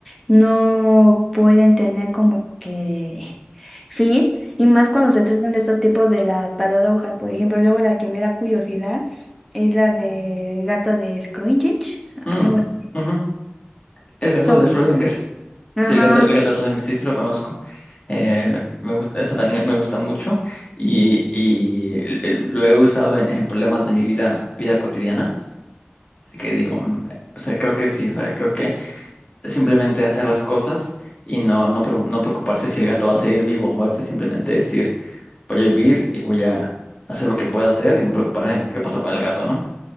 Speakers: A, in the centre; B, on the left.
A: no pueden tener como que <laughs> fin, y más cuando se tratan de estos tipos de las paradojas, por ejemplo, luego la que me da curiosidad es la del gato de Scroogge,
B: Mm,
A: algo así.
B: ujú. El gato
A: Sobre-
B: de Schrödinger.
A: Ajá,
B: Sí, el gato, el gato de Schrödinger, sí, sí lo conozco. Eh, me gusta, esa también me gusta mucho y, y l- l- lo he usado en, en problemas de mi vida, vida cotidiana, que digo, mm, o sea, creo que sí, o sea, creo que simplemente hacer las cosas y no, no, preo- no preocuparse si el gato va a seguir vivo o muerto y simplemente decir, voy a vivir y voy a hacer lo que pueda hacer y no preocuparme qué pasó con el gato, ¿no?